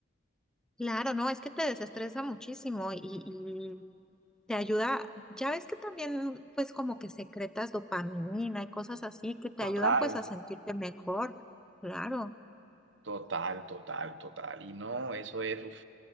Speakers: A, in the centre; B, on the right.
A: claro, no, es que te desestresa muchísimo y, y te ayuda. Ya ves que también, pues, como que secretas dopamina y cosas así que te
B: Total,
A: ayudan, pues, a sentirte mejor. Claro.
B: total, total, total. Y no, eso es uf,